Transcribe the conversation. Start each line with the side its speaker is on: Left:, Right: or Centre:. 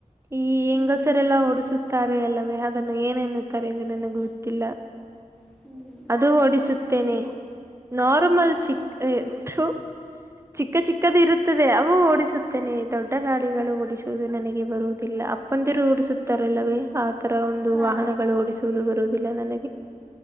Right: ಈ ಹೆಂಗಸರೆಲ್ಲ
Centre: ಹ್ಮ್
Right: ಓಡಿಸುತ್ ತ್ತಾರೆ ಅಲ್ಲವೇ ಅದನ್ನು ಏನೆನ್ನುತ್ತಾರೆ ಎಂದು ನನಗ್ ಗೊತ್ತಿಲ್ಲ.
Centre: ಹ್ಮ್
Right: ಅದು ಓಡಿಸುತ್ತೇನೆ ನಾರ್ಮಲ್
Centre: ಹ್ಮ್
Right: ಚಿಕ್ ಏಯ್ ಥು ಚಿಕ್ಕ ಚಿಕ್ಕದು ಇರುತ್ತದೆ ಅವು ಓಡಿಸುತ್ತೇನೆ ದೊಡ್ಡ ಗಾಡಿಗಳು ಓಡಿಸುವುದು ನನಗೆ ಬರು ಅಪ್ಪಂದಿರು ಓಡಿಸುತ್ತಾರಲ್ಲವೇ ಆ ತರ ಒಂದು
Centre: ಹಾ
Right: ವಾಹನಗಳು ಓಡಿಸು <unintelligible> ಬರುವುದಿಲ್ಲ ನನಗೆ